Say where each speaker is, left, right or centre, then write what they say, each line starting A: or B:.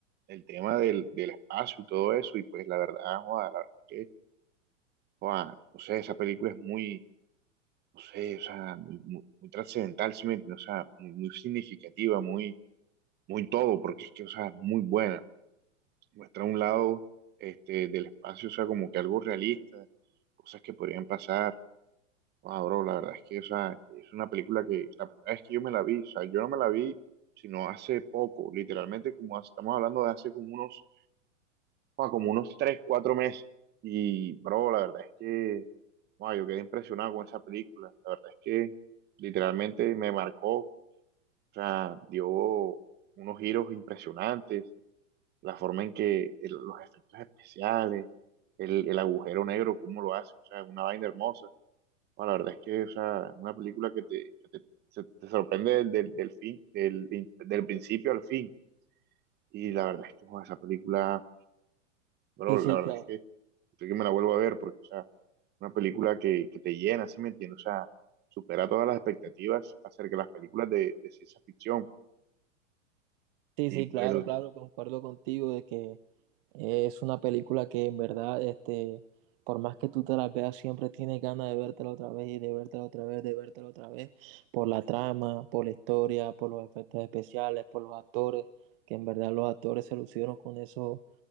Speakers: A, on the right (about 25°); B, on the right (about 45°).
A: el tema del, del espacio y todo eso, y pues la verdad, joda, la verdad que, joda, no sé, esa película es muy, no sé, o sea, muy, muy, muy trascendental, sí me entiendes? o sea, muy, muy significativa, muy, muy todo, porque es que, o sea, es muy buena. muestra un lado este, del espacio, o sea, como que algo realista, cosas que podrían pasar. Wow, bro, la verdad es que, o sea, es una película que la primera vez que yo me la vi, o sea, yo no me la vi sino hace poco, literalmente, como hace- estamos hablando de hace como unos, wow, como unos 3 4 meses. Y, bro, la verdad es que, wow, yo quedé impresionado con esa película. La verdad es que literalmente me marcó, o sea, dio unos giros impresionantes la forma en que el- los efectos especiales, el, el agujero negro, cómo lo hace, o sea, es una vaina hermosa. No, la verdad es que, o sea, una película que te, que te, se- te sorprende del, del, del fin, del, in- del principio al fin. Y la verdad es que, joder, esa película, bro,
B: Sí, sí,
A: la verdad
B: claro.
A: es que creo que me la vuelvo a ver porque, o sea, una película que, que te llena, ¿sí me entiendes? O sea, supera todas las expectativas acerca de las películas de, de ciencia ficción.
B: Sí,
A: Y
B: sí,
A: pues,
B: claro, claro, concuerdo contigo de que es una película que en verdad, este, por más que tú te la veas, siempre tienes ganas de vértela otra vez y de vértela otra vez, de vértela otra vez, por la trama, por la historia, por los efectos especiales, por los actores, que en verdad los actores se lucieron con eso,